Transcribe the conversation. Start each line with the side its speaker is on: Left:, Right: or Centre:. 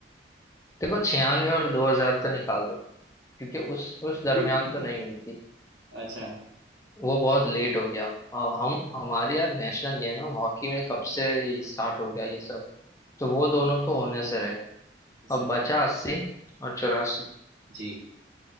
Left: देखो छियानवे और दो हजार तो निकाल दो क्योंकि उस उस दरमियान
Right: <laughs>
Left: तो नहीं हुई थी
Right: अच्छा
Left: वो बहुत लेट हो गया और हम हमारे यार नेशनल गेम है हॉकी में कब से स्टार्ट हो गया ये सब तो वो दोनों तो होने से रहे
Right: सही
Left: अब बचा अस्सी और चौरासी
Right: जी